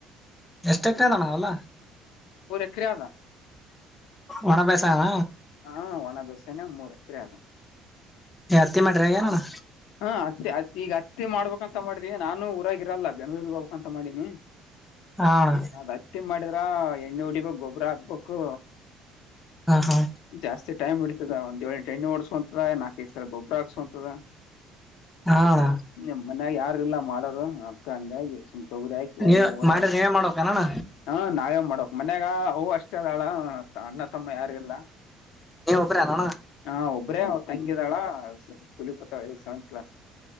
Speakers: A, in the centre; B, on the left.
A: ಎಸ್ಟ ಎಕರೆ ಅದ ಅಣ್ಣ ಹೊಲ.
B: ಮೂರ ಎಕರೆ ಅದ.
A: ಒಣ ಬೇಸಾಯನ
B: ಹಾ ಒಣ ಬೇಸಾಯಿನ ಮೂರ ಎಕರೆ ಅದ.
A: ಏ ಹತ್ತಿ ಮಾಡ್ಯಾರ ಏನ ಅಣ್ಣ.
B: ಹಾ ಹತ್ತಿ ಹತ್ತಿ ಈಗ ಹತ್ತಿ ಮಾಡಬೇಕಾಂತ ಮಾಡಿದಿವಿ ನಾನು ಊರಾಗಿರಲ್ಲ ಬೆಂಗ್ಳೂರ್ರಿಗೆ ಹೋಗಬೇಕ್ಂತ ಮಾಡೀನಿ.
A: ಹಾ ಅಣ್ಣ.
B: ಅದ ಹತ್ತಿ ಮಾಡಿದ್ರ ಎಣ್ಣೆ ಹೊಡಿಬೇಕು ಗೊಬ್ಬರ ಹಾಕ್ಬೇಕು.
A: ಹಾ ಹಾ.
B: ಜಾಸ್ತಿ ಟೈಮ್ ಹಿಡಿತದ ಒಂದು ಏಳೆಂಟು ಎಣ್ಣಿ ಹೊಡೆಸ್ಕೊಂತದ ನಾಲ್ಕೈದ ಸಲ ಗೊಬ್ಬರ ಹಾಕಸಕೊಂತದ.
A: ಹಾ ಅಣ್ಣ.
B: ನಿಮ್ಮ ಮನ್ಯಾಗ ಯಾರ ಇಲ್ಲ ಮಾಡೋರು ಅದಕ್ಕ ಹಂಗಾಗಿ ಸುಮ. ತೋಗರಿ ಹಾಕಿ ಒಮ್ಮೆ
A: ನೀವ್
B: ಹೋಗರದ
A: ಮಾಡ್ರ
B: ಆಯ್ತ.
A: ನೀವೇ ಮಾಡ್ಬೇಕನಣ್ಣ
B: ಹಾ ನಾವೇ ಮಾಡಬೇಕ ಮನ್ಯಾಗ ಅವ್ವ ಅಷ್ಟ ಅದಾಳ ಅಣ್ಣ. ತಮ್ಮ ಯಾರಿಲ್ಲ
A: ನೀವ ಒಬ್ಬ್ರ ಅಲ್ಲಣ್ಣ
B: ಹ ಒಬ್ರೇ ತಂಗಿದಾಳ ಸ ಸ್ಕೂಲೀಗ ಹೋಗ್ತಾಳ. ಈಗ ಸೆವೆಂತ್ ಕ್ಲಾಸ್.